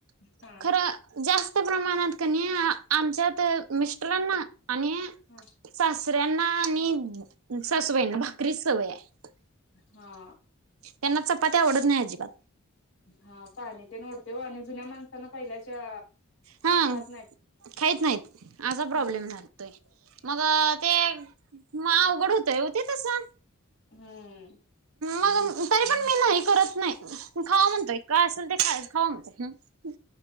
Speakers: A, on the left (about 70°); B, on the right (about 80°).
A: हा
B: खरं जास् त प्रमाणात कनी आमच्यात मिस्टरांना आणि
A: हा
B: सासू सासऱ्यांना आणि सासूबाईंना भाकरीस सवय हाय. ह
A: हा.
B: त्यांना चपाती आवडत नाही अजिबात.
A: हा पाणी तेन ओडतोय हो आणि जुन्या माणसांना पहिल्याच्या
B: हा
A: खात नाहीत
B: खाहीत नाहीत असा प्रॉब्लेम
A: हम्म
B: झालतोय. मग ते म अवघड होतय हो ते तसं.
A: हम्म.
B: मग तरी पण मी नाही करत नाही खावा म्हणतोय काय असेल ते काय खाया खावा म्हणतोय हम्म.